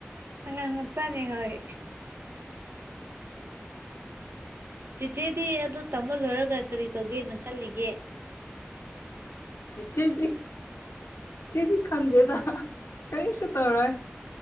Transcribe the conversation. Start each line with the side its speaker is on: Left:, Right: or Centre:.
Right: ꯑꯉꯥꯡ ꯃꯆꯥꯅ‌ꯦ ꯍꯣꯏ ꯆꯤꯆꯦꯗꯤ ꯑꯗꯨ ꯇꯝꯕ ꯂꯣꯏꯔꯒ ꯀꯔꯤ ꯇꯧꯒꯦꯅ ꯈꯜꯂꯤꯒꯦ
Left: ꯆꯤꯆꯦꯗꯤ ꯆ‌ꯦꯗꯤ ꯈꯟꯗꯦꯗ ꯀꯔꯤꯁꯨ ꯇꯧꯔꯣꯏ